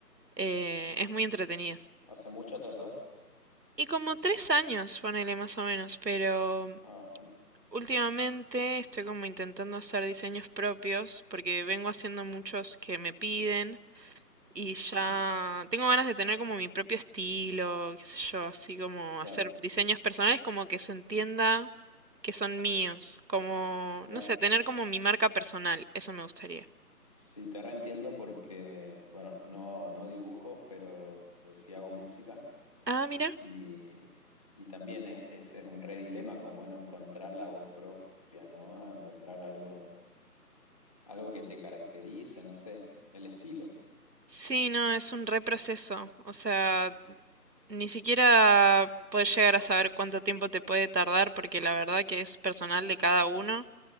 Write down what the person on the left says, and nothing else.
¿Hace mucho tatuás?
Ah, bastante.
Sí,
claro,
claro.
Sí, te reentiendo porque, bueno, no, no dibujo, pero sí hago música.
Y, y también es- ese es un re dilema, como bueno, encontrar la voz propia, ¿no? Encontrar algo, algo que te caracterice, no sé, el estilo.